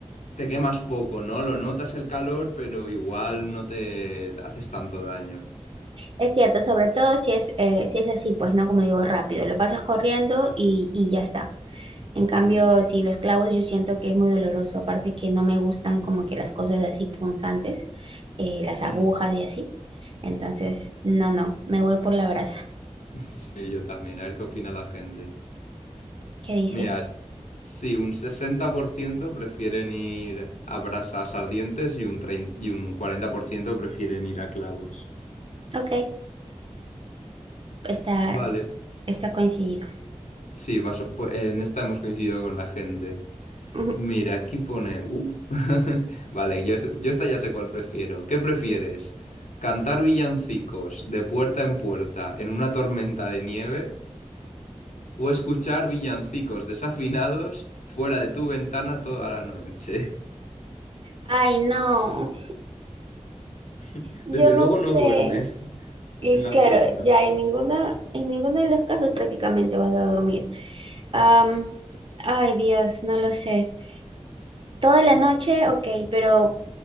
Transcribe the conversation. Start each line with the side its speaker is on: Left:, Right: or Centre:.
Left: te quemas poco, ¿no? Lo notas el calor, pero igual no te haces tanto daño.
Right: Es cierto, sobre todo si es, eh, si es así, pues no, como digo, rápido, lo pasas corriendo y, y ya está. En cambio,
Left: Mm,
Right: si los clavos yo siento que es muy doloroso, aparte que no me gustan como que las cosas así punzantes, eh, las agujas
Left: mm.
Right: y así. Entonces, no, no, me voy por la brasa.
Left: Sí, yo también. A ver qué opina la gente.
Right: ¿Qué dice?
Left: Mira, s- sí, un 60% prefieren ir a brasas ardientes y un 30 y un 40% prefieren ir a clavos.
Right: Ok, está,
Left: Vale,
Right: está coincidido.
Left: sí, vas- pues, en esta hemos coincidido con la gente.
Right: <laughs>
Left: Mira, aquí pone... Uh. <laughs> Vale, yo, yo esta ya sé cuál prefiero. ¿Qué prefieres? ¿Cantar villancicos de puerta en puerta en una tormenta de nieve? o escuchar villancicos desafinados fuera de tu ventana toda la noche.
Right: Ay, no,
Left: <laughs>
Right: yo
Left: Desde
Right: no
Left: luego
Right: sé.
Left: no duermes
Right: Y
Left: en la
Right: claro,
Left: segunda.
Right: ya en ninguna, en ninguno de los casos prácticamente vas a dormir. Am, ay, Dios, no lo sé. Toda la noche, ok, pero